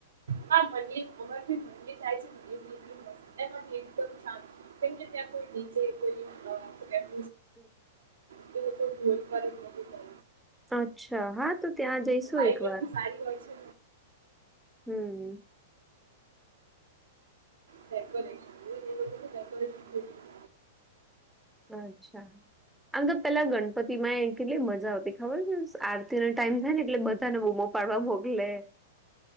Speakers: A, on the right; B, in the centre.
A: હા ભી મગરી મ થાય છે ભ બી એલી મસ્ત એકદમાન કે ત કોઈ દીજે કોઈ સુ કેવાય
B: હમ્મ
A: તે લોકો ઢોલ ફત નથી ત
B: અચ્છા હા તો ત્યાં જઈશું
A: વાઇબ
B: એક
A: એટલી
B: વાર
A: સારી હોય છે.
B: હમ્મ
A: ડેકોરેશનને <unintelligible> ડેકોરેશનું
B: અચ્છા આમ તો પેલા ગણપતિ માં કેટલી મજા આવતી ખબર છે આરતી ન ટાઈમ થાય ને એટલે બધાને બમ પડવા મોકલે